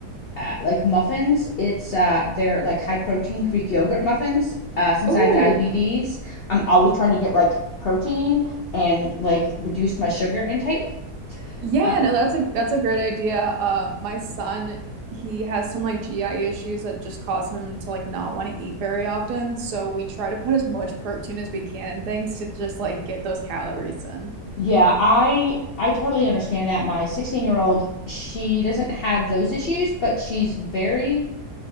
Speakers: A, on the left; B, on the right.
A: uh, like muffins. It's uh, they're like high protein Greek yogurt muffins. Uh, since
B: Ooh.
A: I have diabetes, I'm always trying to get like protein and like reduce my sugar intake.
B: Yeah,
A: Uh,
B: no, that's a that's a great idea. Uh, my son, he has some like GI issues that just cause him to like not want to eat very often. So we try to put as much protein as we can in things to just like get those calories in.
A: yeah, I I totally understand that. My 16 year old, she doesn't have those issues, but she's very